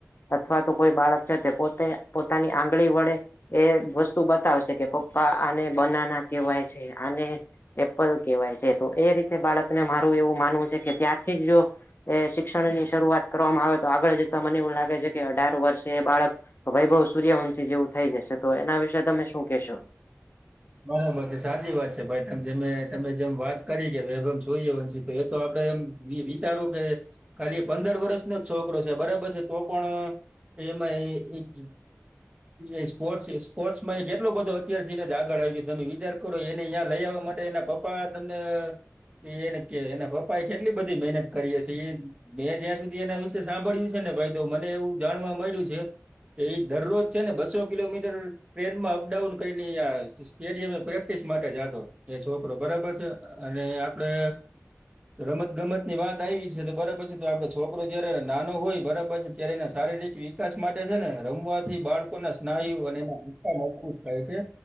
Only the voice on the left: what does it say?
અથવા તો કોઈ બાળક છે તે પોતે પોતાની આંગળી વડે એ વસ્તુ બતાવશે કે પપ્પા આને બનાના કેવાય છે આને એપ્પલ કેહેવાય છે તો એ રીતે બાળકને મારું એવું માનવું છે કે ત્યારથી જો શિક્ષણ ની શરૂઆત કરવામાં આવે તો આગળ જતા મને એવું લાગે છે કે અઢાર વર્ષે એ બાળક તો ભાઈ ભઉ સૂર્યવંશી જેવું થઈ જશે તો એના વિશે તમે શું કેશો.